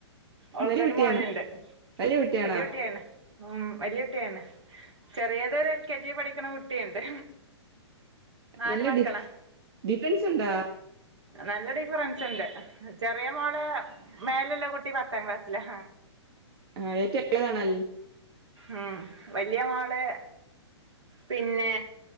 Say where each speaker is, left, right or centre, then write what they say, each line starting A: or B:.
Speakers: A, on the right; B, on the right.
A: ഓൾക്കൊര്
B: വലിയ കുട്ടിയാണ്
A: മോനിണ്ട്
B: വലിയ കുട്ടിയാണോ
A: വലിയുട്ടിയാണ് ഉം വലിയൊട്ടിയാണ് ചെറിയതൊരെൽ- കെ ജി പഠിക്കണ കുട്ടിയൊണ്ട് നാല്
B: നല്ല
A: മക്കളാ
B: ഡിഫ് ഡിഫൻസ് ഉണ്ടാ
A: നല്ലടി ഫ്രണ്ട്സിണ്ട് ചെറിയ മോള് മേലൊള്ള കുട്ടി പത്താം ക്ലാസ്സിലാ
B: ആഹ് ഏറ്റവും എളയതാണൽ
A: ഉം വല്ല്യ മാള് പിന്നെ